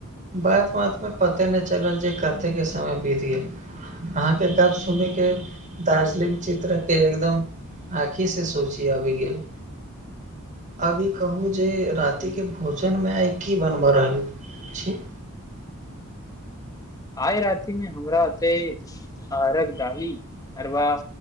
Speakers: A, on the right; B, on the left.
A: बात बात मे पते नहि चलल छै कथे के समय बीतिे अहाँके गप्प सुनि के दार्जिलिंग चित्र के एकदम आँखि से सोची आबि गेल
B: <unintelligible>
A: अभी कहू जे
B: बिलकुल
A: रातिके भोजनमे आइ की बनबऽ रहल छी
B: आइ राति मे हमरा ओते अरघ दडाली अरबा